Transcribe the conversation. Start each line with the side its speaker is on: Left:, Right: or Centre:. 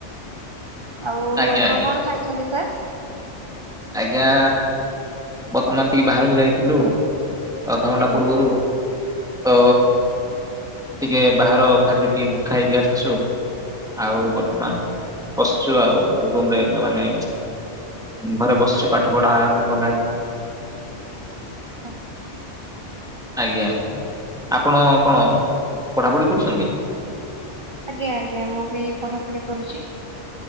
Right: ଆଉ
Centre: ଆଜ୍ଞା
Right: ଆପଣ
Centre: ଆଜ୍ଞା
Right: କଣ ଖାଇ? ଛନ୍ତି ସାର୍।
Centre: ଆଜ୍ଞା ବର୍ତ୍ତମାନ ଟିକେ ବାହାରକୁ ଯାଇଥିଲୁ ଅଧଘଣ୍ଟା
Right: ଆଜ୍ଞା।
Centre: ପୂର୍ବରୁ। ତ ଟିକେ ବାହାର ଖାଦ୍ୟ ଟିକେ ଖାଇକି ଆସିଛୁ। ଆଉ ବର୍ତ୍ତମାନ
Right: ଆଜ୍ଞା
Centre: ପସଛୁ ଆଉରେ ମାନେ। ଘରେ ବସି ପାଠ ପଢା ଆରମ୍ଭ ହେଲାଣି।
Right: ଆଚ୍ଛା।
Centre: ଆଜ୍ଞା ଆଜ୍ଞା ଆପଣ କଣ ପଢ଼ାପଢ଼ି କରୁଛନ୍ତି?
Right: ଆଜ୍ଞା ଆଜ୍ଞା ମୁଁ ବି ପଢ଼ାପଢି କରୁଛି।